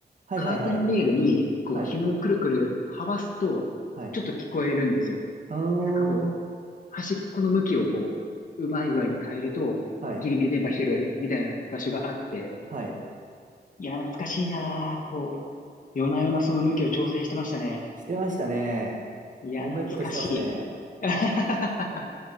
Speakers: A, on the right; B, on the left.
A: はいはいはい。
B: カーテンレールに、こう、
A: はい。
B: 紐をくるくるはわすと、
A: はい。
B: ちょっと聞こえるんですよ。
A: あの
B: で、なんかこう、端っこの向きをこう、うまい具合に変えると、
A: ーはい。
B: ギリギリ電波拾えるみたいな場所があって、
A: はい。
B: いや、懐かしいなぁ。こう、夜な夜なその向きを調整してましたね。
A: してましたね。
B: いや、
A: 同じことしてますね。
B: 懐かしい。<laughs>